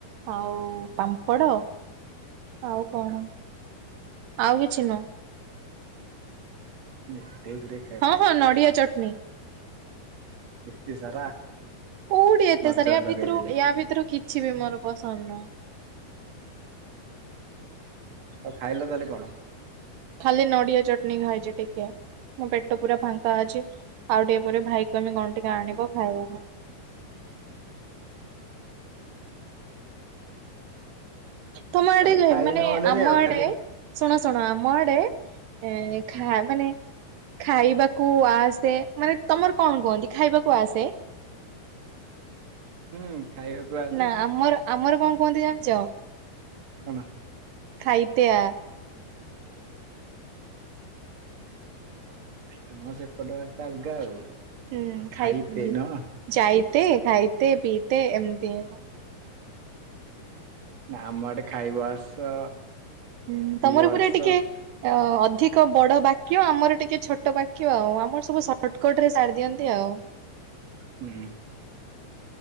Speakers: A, on the right; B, on the right.
A: ଆଉ ପାମ୍ପଡ଼। ଆଉ କଣ ଆଉ କିଛି ନୁହଁ।
B: ଏତେ ଗୁ ରେ।
A: ହଁ ହଁ ନଡ଼ିଆ ଚଟଣୀ।
B: ଏତେ ସାରା।
A: କୋଉଠି ଏତେ
B: ନଜର
A: ସାରା ୟା
B: ଲଗେଇଦେଲି।
A: ଭିତରୁ ୟା ଭିତରୁ କିଛି ବି ମୋର ପସନ୍ଦ ନୁହଁ।
B: ଆଉ ଖାଇଲ ତାହେଲେ କଣ?
A: ଖାଲି ନଡ଼ିଆ ଚଟଣି ଖାଇଛି ଟିକେ। ମୋ ପେଟ ପୁରା ଫାଙ୍କା ଅଛି ଆଉ ଟିକେ ପରେ ଭାଇ କୁ କହିବି କଣ ଟିକେ ଆଣିବ ଖାଇବାକୁ। ତମ ଆଡେ
B: ତାହେଲେ
A: ଯୋଉ
B: ଖାଇନ
A: ମାନେ
B: ଭଲରେ
A: ଆମ
B: ଆଉ
A: ଆଡେ।
B: ଖାଲି
A: ଶୁଣ ଶୁଣ ଆମ ଆଡେ ଏଁ
B: ହୁଁ
A: ଖା ମାନେ। ଖାଇବାକୁ ଆସେ ମାନେ ତମର କଣ କୁହନ୍ତି ଖାଇବାକୁ ଆସେ?
B: ହୁଁ ଖାଇବାକୁ। ଆସେ
A: ନା ଆମର ଆମର କଣ କୁହନ୍ତି ଜାଣିଛ।
B: କଣ।
A: ଖାଇତେ ଆ।
B: ତମ ସେପଟ ଭାଷା ଆଲଗା ଆଉ।
A: ହୁଁ ଖାଇ
B: ଖାଇତେ ନୁହଁ
A: ଯାଇତେ ଖାଇତେ ପିଇତେ ଏମତି।
B: ନା ଆମ ଆଡେ ଖାଇବ ଆସ।
A: ହୁଁ
B: ପିଇବ
A: ତମର ପୁରା
B: ଆସ
A: ଟିକେ ଅ ଅଧିକ ବଡ ବାକ୍ୟ ଆମର ଟିକେ ଛୋଟ ବାକ୍ୟ ଆଉ ଆମର ସବୁ ସର୍ଟକଟ ରେ ସାରି ଦିଅନ୍ତି ଆଉ।
B: ହୁଁ।